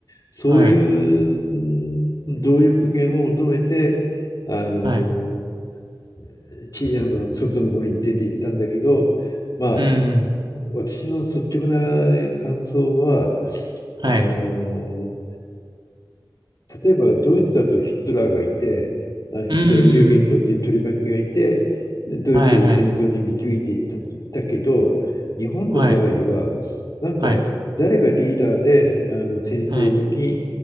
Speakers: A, on the left (about 45°); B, on the right (about 65°).
A: そういう、
B: はい。
A: うん動力源を求めて、あの
B: はい。
A: ーきあの外の方に出ていったんだけど、まあ、
B: うーん。
A: 私の率直な感想は、
B: はい。
A: あのー例えばドイツだとヒトラーがいて、ヒヒトラー・
B: うーん。
A: ユーゲントっていう取り巻きがいて、ドイツを戦争に導いていった、
B: はい。はい。
A: いったけど、日本の場合は、
B: はい。
A: なんか誰がリーダーであの戦争に
B: はい。はい。